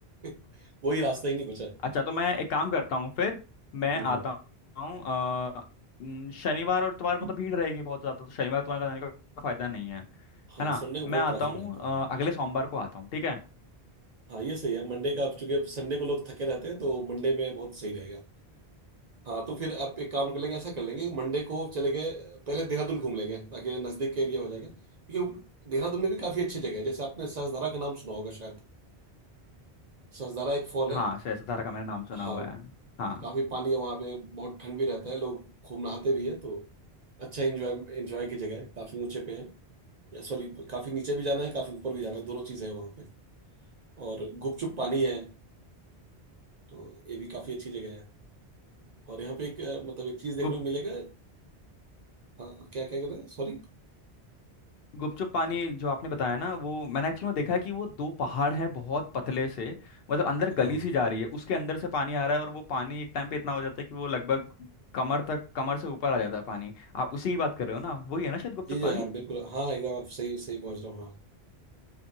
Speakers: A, on the right; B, on the left.
A: <laughs> कोई रास्ता ही नहीं बचा
B: अच्छा तो मैं एक काम करता हूँ फिर मैं
A: हम्म
B: आता हूँ अ, न- शनिवार और इतवार को
A: हम्म।
B: तो भीड़ रहेगी बहुत ज़्यादा तो शनिवार तुम्हारे जाने का फायदा नहीं है
A: हाँ
B: है ना
A: संडे को
B: मैं
A: बहुत
B: आता
A: ट्रैफिक
B: हूँ
A: रहता
B: अ,
A: है
B: अगले सोमवार को आता हूँ ठीक है
A: हाँ ये सही है मंडे का आप चूंकि संडे को लोग थके रहते हैं तो मंडे में बहुत सही रहेगा हाँ तो फिर आप एक काम कर लेंगे ऐसा कर लेंगे कि मंडे को चले गए पहले देहरादून घूम लेंगे ताकि नज़दीक का एरिया हो जाएगा क्योंकि देहरादून में भी काफ़ी अच्छी जगह है जैसे आपने सहस्त्रधारा का नाम सुना होगा शायद सहस्त्रधारा एक फॉल
B: हाँ
A: है
B: श्रेय सतारा का मैंने नाम सुना
A: हाँ
B: हुआ है हाँ
A: काफी पानी है वहां पे बहुत ठंड भी रहता है लोग खूब नहाते भी है तो अच्छा एंजॉय एंजॉय की जगह है काफी ऊंचे पे है या सॉरी काफी नीचे भी जाना है काफी ऊपर भी जाना है दोनों चीजें हैं वहां पे और गुपचुप पानी है तो ये भी काफी अच्छी जगह है और यहाँ पे एक अ, मतलब एक चीज देखने
B: गुप
A: को मिलेगा हाँ क्या क्या कर रहे हैं सॉरी
B: गुपचुप पानी जो आपने बताया ना वो मैंने एक्चुअली में
A: हाँ
B: देखा है कि वो दो पहाड़ हैं बहुत पतले से मतलब अंदर
A: हाँ
B: गली सी जा रही है उसके अंदर से पानी आ रहा है और वो पानी एक टाइम पे इतना हो जाता है कि वो लगभग कमर तक कमर से ऊपर आ जाता है पानी आप उसी की बात कर रहे हो ना वही है ना शायद गुपचुप
A: जी जी
B: पानी
A: हाँ बिल्कुल हाँ हाँ, एकदम आप सही सही पहुंच रहे हो हाँ